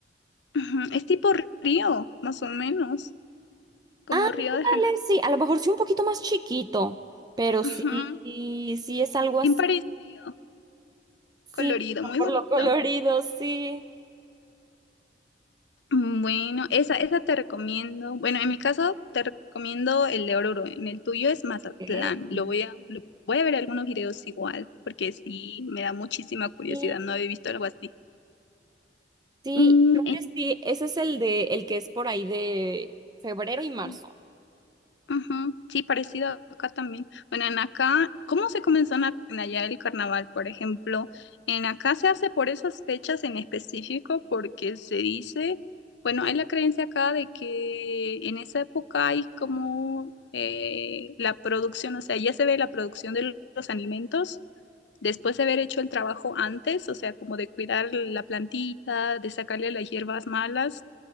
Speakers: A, on the left (about 80°); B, on the right (about 25°).
A: Ujú, Es tipo río, más o menos, como
B: Ándale,
A: Río de Janeiro.
B: sí, a lo mejor sí un poquito más chiquito, pero sí,
A: Ujú,
B: sí, sí es algo así,
A: Bien parecido,
B: sí,
A: colorido, muy
B: por
A: bonito.
B: lo colorido, sí.
A: Bueno, esa, esa te recomiendo. Bueno, en mi caso te recomiendo el de Oruro. En el tuyo es Mazatlán.
B: Ok.
A: Lo voy a, lo- voy a ver algunos videos igual, porque sí me da muchísima curiosidad.
B: Sí,
A: No había visto algo así.
B: sí,
A: Mm,
B: creo que sí, ese es el de, el que es por ahí de febrero y marzo.
A: en- Ujú, Sí, parecido acá también. Bueno, en acá, ¿cómo se comenzó en, a- en allá el carnaval, por ejemplo? En acá se hace por esas fechas en específico porque se dice, bueno, hay la creencia acá de que en esa época hay como eh, la producción, o sea, ya se ve la producción de los alimentos después de haber hecho el trabajo antes, o sea, como de cuidar la plantita, de sacarle las hierbas malas